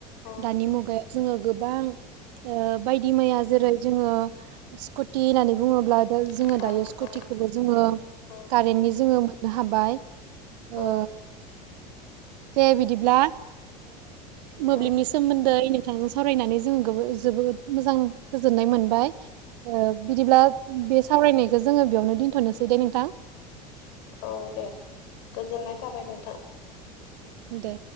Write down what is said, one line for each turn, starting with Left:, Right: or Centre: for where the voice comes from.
Left: औ
Right: दानि मुगायाव जोङो गोबां ओ बायदि मैया जेरै जोङो स्कुटि होननानै बुङोब्ला जोङो
Left: औ
Right: दायो स्कुटिखौबो
Left: औ
Right: जोङो
Left: औ
Right: कारेन्टनि जोङो नो हाबाय
Left: औ
Right: ओ दे बिदिब्ला मोब्लिबनि
Left: औ
Right: सोमोन्दै नोंथांजों सावरायनानै जोङो जोबोद मोजां गोजोननाय मोनबाय बिदिब्ला बे सावरायनायखौ जोङो बेयावनो दोनथ'नोसै दे नोंथां
Left: औ दे गोजोननाय थाबाय नोंथां।
Right: दे।